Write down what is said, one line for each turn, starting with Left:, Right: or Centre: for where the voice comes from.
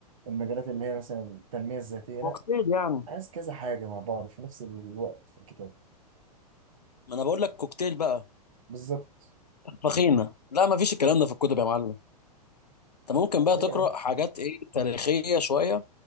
Right: المجالات اللي هي مثلا التنمية الذاتية لا
Left: كوكتيل يعني
Right: عايز كذا حاجة مع بعض في نفس الوقت في الكتاب
Left: ما انا بقول لك كوكتيل بقى
Right: بالظبط
Left: فخينة لا ما فيش الكلام ده في الكتب يا معلم انت ممكن بقى
Right: ليه
Left: تقرا حاجات ايه تاريخية شوية